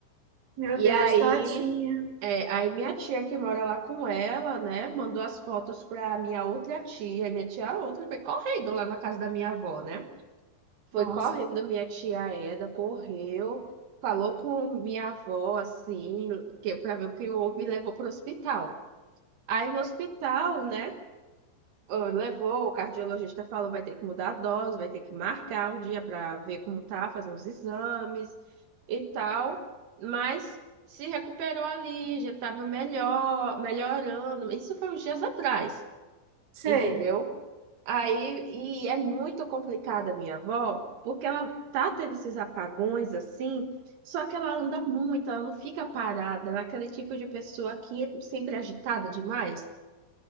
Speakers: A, on the right (about 35°); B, on the right (about 65°).
A: Meu
B: E
A: Deus,
B: aí,
A: tadinha.
B: é, aí minha tia que mora lá com ela, né, mandou as fotos pra minha outra tia. Minha tia outra foi correndo lá na casa da minha avó, né? Foi
A: Nossa,
B: correndo minha tia Eda, correu, falou com minha avó assim, que para ver o que houve e levou pro hospital. Aí no hospital, né? ó, Levou, o cardiologista falou, vai ter que mudar a dose, vai ter que marcar um dia para ver como tá, fazer os exames e tal. Mas se recuperou ali, já estava melhor, melhorando. Isso foi uns dias atrás,
A: sei.
B: entendeu? Aí, e é muito complicada a minha avó, porque ela tá tendo esses apagões assim, só que ela anda muito, ela não fica parada, ela é aquele tipo de pessoa que é sempre agitada demais.